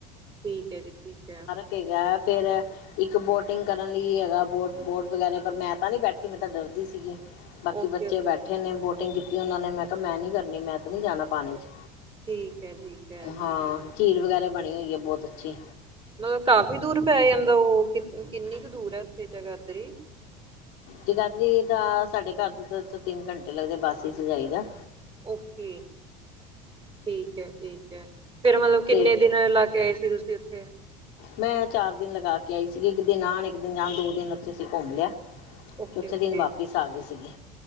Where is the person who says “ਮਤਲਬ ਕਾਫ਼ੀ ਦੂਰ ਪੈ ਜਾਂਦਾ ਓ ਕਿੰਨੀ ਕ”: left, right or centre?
Right